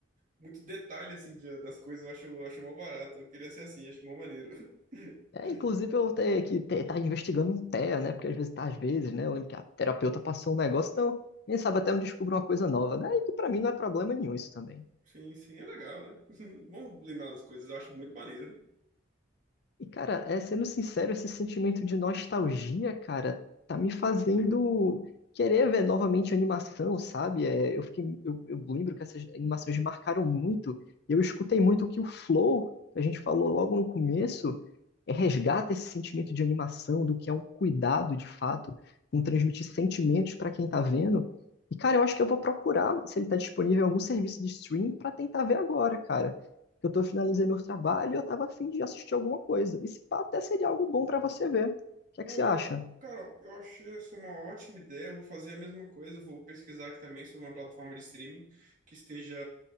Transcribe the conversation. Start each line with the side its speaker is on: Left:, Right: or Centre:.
Right: muito detalhe, assim, de- das coisas, eu acho, eu acho mó barato. Eu queria ser assim, acho mó maneiro. <laughs>
Left: É, inclusive eu ter que ter, tá investigando um TEA, né? Porque às vezes tá, às vezes, né? Eu lembro que a terapeuta passou um negócio, então, quem sabe até eu descubro uma coisa nova, né? E que pra mim não é problema nenhum isso também.
Right: Sim, sim, é legal, né? <laughs> Bom lembrar das coisas, eu acho muito maneiro.
Left: E, cara, é, sendo sincero, esse sentimento de nostalgia, cara, tá me fazendo querer ver novamente animação, sabe? É, eu fiquei, eu, eu lembro que essas animações me marcaram muito. E eu escutei muito que o Flow, que a gente falou logo no começo, é, resgata esse sentimento de animação, do que é um cuidado, de fato, com transmitir sentimentos para quem tá vendo. E, cara, eu acho que eu vou procurar se ele tá disponível em algum serviço de stream pra tentar ver agora, cara que eu tô, finalizei meu trabalho e eu tava a fim de assistir alguma coisa. E se pá, até seria algo bom pra você ver. O que é
Right: Pô,
Left: que
Right: ó,
Left: você acha?
Right: cara, eu achei essa uma ótima ideia. Eu vou fazer a mesma coisa. eu Vou pesquisar aqui também sobre uma plataforma de streaming que esteja